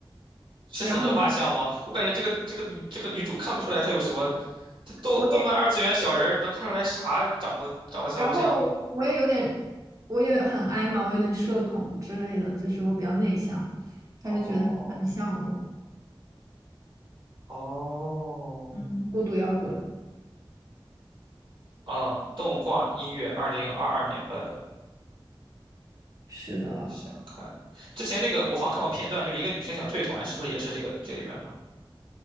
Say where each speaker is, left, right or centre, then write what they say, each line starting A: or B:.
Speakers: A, on the right; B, on the right.
A: 是粉头发像吗？
B: 然后
A: 我感觉这个这个女这个女主看不出来她有什么，这动动漫二次元小人儿能看出来啥长得长得像不像？
B: 我也，然后我也有点，我也很矮嘛，我有点社恐之类的，就是我比较内向，他就觉得很像我。
A: 哦哦。
B: 嗯，孤独摇滚，
A: 哦，动画音乐，二零二二年播的，
B: 是的，
A: 想看。之前那个我好像看过片段，就一个女生想退团，是不是也是这个这里面的？